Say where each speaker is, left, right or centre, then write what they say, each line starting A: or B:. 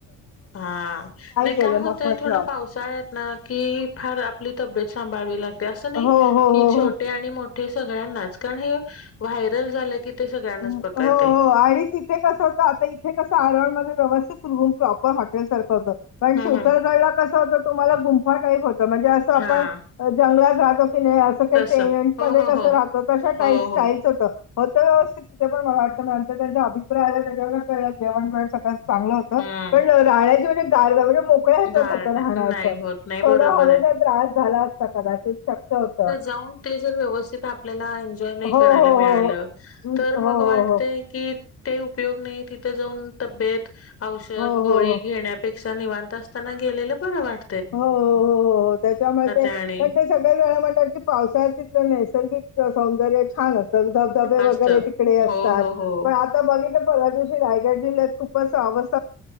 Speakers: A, on the left; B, on the left.
A: हा नाही
B: गेले
A: काय होतय
B: मग म्हटलं.
A: थोड पावसाळ्यात ना. कि फार आपली तब्येत सांभाळवी लागते असं नाही
B: हो हो
A: की
B: हो
A: छोटे
B: हो
A: आणि मोठ हे सगळ्यांनाच कारण हे व्हायरल झालं की ते सगळ्यांनाच
B: हो
A: पकडते
B: हो आणिच इथे कस होत आता इथे कस आरवळण मध्ये व्यवस्थित. प्रॉपर हॉटेल सारखं होत पण
A: हम्
B: शिवतरगडला
A: हम
B: कस होत तुम्हाला गुंफार काही. म्हणे अस आपण
A: हा
B: जंगलात राहो. नाही असं का
A: तस
B: टेंट
A: हो
B: मध्ये
A: हो
B: कस
A: हो
B: राहत त साईलच
A: हो हो
B: होत होत व्यवस्थित. ति पण मला वाटत नाहींतर त्यांचा अभिप्राय आला त्याच्यावर जेण वेळ सगळ्यां. चांगलं होत
A: हम्म
B: पण राहण्याच्या एक दारव्यावर. मोकळ्याच्यात
A: गारट
B: होत राहणं
A: नाही
B: अस
A: होत नाही
B: थोडं
A: बरोबर
B: हवेचा
A: आहे
B: त्रास झाला असता कदाचित शक्य होत.
A: जा ते जर व्यवस्थित. आपल्याला एन्जॉय नाही
B: हो
A: करायला
B: हो
A: मिळालं
B: हो हो हम्म,
A: तर
B: हो
A: मग
B: हो
A: वाटतय
B: हो
A: की. ते उपयोग नाही तिथे जाऊन तब्येत औषध
B: हो
A: गोळी
B: हो हो.
A: घेण्यापेक्षा निवांत असत. त्यांना गेलेलं बरं वाटतं.
B: हो हो हो त्याच्यामुळे ते
A: आणि
B: पण ते सगळ्या झा म्हण. पावसाळ तिथलं नैसर्गिक सौंदर्य छान असतं धबधबे वगैरे
A: असत
B: तिकडे असतात
A: हो हो हो
B: पण आताित. परला दिवशी रायगड जिल्ह्यात खूपचवस् र